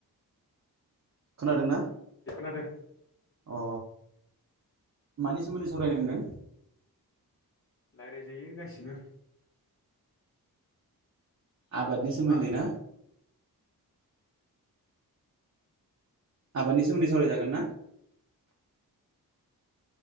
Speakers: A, on the right (about 45°); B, on the left (about 35°).
A: खोनादों ना?
B: खोनादों।
A: अ मानि सोमोन्दै सावरायनो होनदों?
B: राय्लायजायो गासिबो।
A: आबादनि सोमोन्दै
B: मा
A: ना? आबादनि सोमोन्दै सावरायजागोन ना